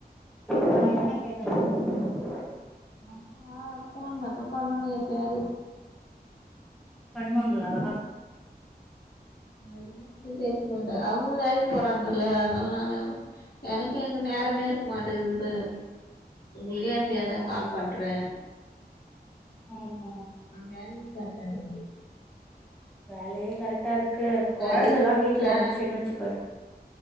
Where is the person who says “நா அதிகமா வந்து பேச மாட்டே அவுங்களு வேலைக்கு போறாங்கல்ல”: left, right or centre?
Left